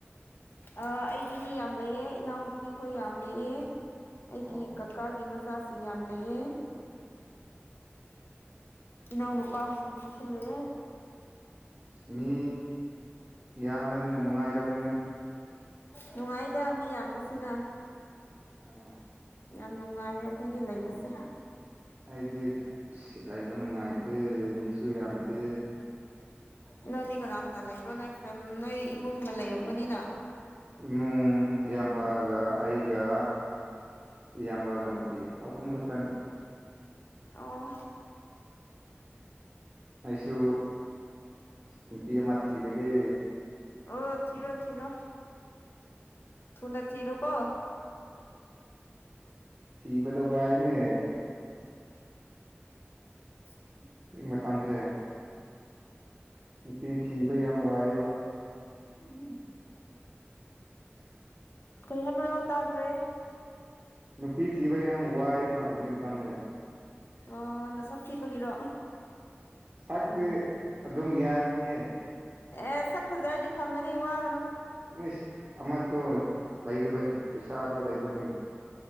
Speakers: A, on the left; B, on the right.
A: ꯑꯩꯗꯤ ꯃꯤ ꯌꯥꯝ ꯂꯩꯑ ꯏꯅꯥꯎꯅꯨꯄꯤꯈꯣꯏ ꯌꯥꯝ ꯂꯩꯑ ꯑꯩꯒꯤ
B: ꯑꯣ
A: ꯀꯀꯥꯒꯤ ꯃꯆꯥꯁꯤꯡ ꯌꯥꯝ ꯂꯩꯑ ꯏꯅꯥꯎ ꯅꯨꯨꯄꯥ ꯁꯨꯝ ꯈꯠꯁꯨ ꯂꯩꯔꯦ
B: ꯑꯁ ꯃꯤ ꯌꯥꯝꯕꯅꯤꯅ ꯅꯨꯡꯉꯥꯏꯔꯝꯒꯅꯤ
A: ꯅꯨꯡꯉꯥꯏꯗ ꯃꯤ ꯌꯥꯝꯕꯁꯤꯅ
B: ꯑꯣ
A: ꯌꯥꯝ ꯅꯨꯡꯉꯥꯏꯔꯦ ꯑꯩꯈꯣꯏꯒꯤ ꯂꯩꯕꯁꯦ
B: ꯑꯩꯗꯤ ꯂꯩꯕ ꯅꯨꯡꯉꯥꯏꯇꯦ ꯃꯤꯁꯨ ꯌꯥꯝꯗꯦ
A: ꯏꯅꯪꯅꯤ ꯀꯅꯥ ꯀꯅꯥ ꯂꯩꯕ꯭ꯔꯣ ꯅꯣꯏ ꯅꯣꯏ ꯏꯃꯨꯡꯒ ꯂꯩꯔꯝꯒꯅꯤꯅ
B: ꯏꯃꯨꯡ ꯏꯌꯥꯝꯕꯒ ꯑꯩꯒ ꯏꯌꯥꯝꯕꯒ ꯅꯨꯄꯤꯒ ꯑꯍꯨꯝꯒ ꯇꯟ
A: ꯑꯣ
B: ꯑꯩꯁꯨ ꯅꯨꯄꯤ ꯑꯃ ꯊꯤꯗꯒꯤꯦ
A: ꯑꯣ ꯊꯤꯔꯣ ꯊꯔꯣ ꯊꯨꯅ ꯊꯤꯔꯣ ꯀꯣ
B: ꯊꯤꯕꯗ ꯋꯥꯏꯅꯦ
A: ꯎ
B: ꯍꯧꯖꯤꯛ ꯃꯇꯝꯁꯦ ꯅꯨꯄꯤ ꯊꯤꯕ ꯌꯥꯝ ꯋꯥꯏꯑꯕ
A: ꯎ ꯎ ꯀꯔꯤ ꯍꯥꯏꯕ꯭ꯔꯣ ꯇꯥꯗ꯭ꯔꯦ
B: ꯅꯨꯄꯤ ꯊꯤꯕ ꯌꯥꯝ ꯋꯥꯏꯑꯕ ꯍꯧꯖꯤꯛ ꯃꯇꯝꯁꯦ
A: ꯑꯣ ꯅ ꯁꯞ ꯊꯤꯕꯒꯤꯔꯣ
B: ꯁꯥꯛꯗꯤ ꯑꯗꯨꯝ ꯌꯥꯕꯅꯤꯌꯦ
A: ꯑꯦ ꯁꯛ ꯐꯖꯔꯗꯤ ꯐꯪꯒꯅꯤ ꯋꯥꯒꯅꯨ
B: ꯏꯁ ꯑꯃꯗꯣ ꯂꯩꯗꯕꯒꯤ ꯄꯩꯁꯥꯗꯣ ꯂꯩꯗꯕꯒꯤ